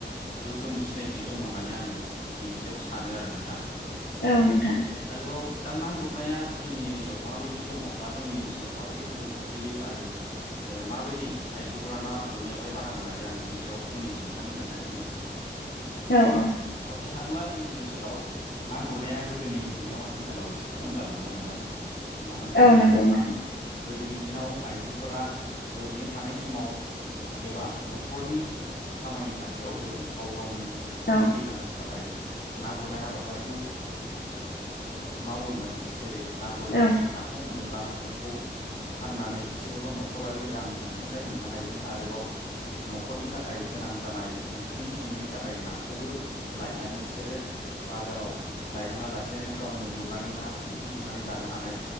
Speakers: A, on the left; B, on the left.
A: गोग्गोम सिनायथि दङ' होननानै आङो बिनि सायाव सानो नोंथां
B: औ नोंथां।
A: आरोबाव दा ना गुरनाया जोंनि एरियायाव माबायदि दङ' बा जोंनि ओनसोलाव माबायदि गोहोम खोख्लैयो आरो ओ माबायदि आइजोफोरा ना गुरनायावहाय बाहागो लायो आं बिनि सायाव फंनैसो थांनो खोन्थादोनि
B: औ औ।
A: होथाङोब्ला जोंनि ओनसोलाव ना गुरनाया गोदोनि रुजुनायाव आथिखालाव एसे खम जालांनो हमबाय। मानो होननानै
B: औ नंगौ
A: बुङोब्ला
B: नोंथां
A: गोदोनि दिनाव आइजोफोरा ओरैनो थानाय समाव एबा न'खरनि खामानि थासेयावबो गाव गावनि न'खरखौ
B: औ
A: सोलिलांनो थाखाय ना गुरनाय हाबाफारिखौ मावोमोन जेरै ना गुरनानै
B: औ
A: नाखौ मोनोब्ला बेखौ फाननानै एसेबाबो न'खरारि रां अनसुंथाइ मोननो हायोमोन आरोबाव न'खरनि थाखाय‌ गोनां जानाय ओंख्रि संनायनि थाखाय नाखौबो लायनानै बिसोरो बाजाराव लायनाङा लासेनो गावनो गुरनानै ना ओंख्रि संनानै जानो हानाय